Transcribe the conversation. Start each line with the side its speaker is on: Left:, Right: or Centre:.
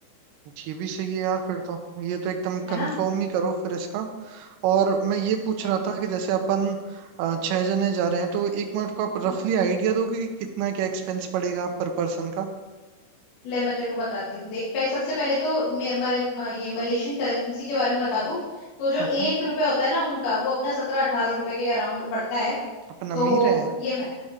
Right: ये भी सही है यार फिर तो ये तो एकदम
Left: है
Right: कंफर्म
Left: ना
Right: ही करो फिर इसका और मैं ये
Left: ठीक
Right: पूछ
Left: है
Right: रहा था कि जैसे अपन अ, छह जने जा रहे हैं तो एक मिनट को आप
Left: हम्म
Right: रफली आइडिया दोगे कि कितना क्या एक्सपेंस पड़ेगा पर पर्सन का
Left: ले मैं तेरे को बताती हूँ देख पह, सबसे पहले तो मे, मरे, म, ये मलेशियन करेंसी के बारे में बता दूं तो जो
Right: हम्म
Left: एक रुपए होता है ना उनका वो अपना सत्रह अठारह रुपए के अराउंड पड़ता है
Right: अपन अमीर
Left: तो
Right: है
Left: ये मैं